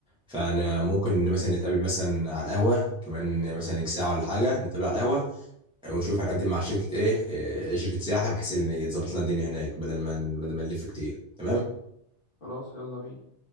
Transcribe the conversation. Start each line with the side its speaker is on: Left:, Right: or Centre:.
Centre: فانا ممكن مثلا نتقابل مثلا على القهوه كمان مثلا ساعه ولا حاجه نتقابل على القهوه ونشوف هنقدم مع شركة ايه إيه، شركة سياحة بحيث ان يتظبط لنا الدنيا هناك بدل ما بدل ما نلف كتير تمام
Left: خلاص يلا بينا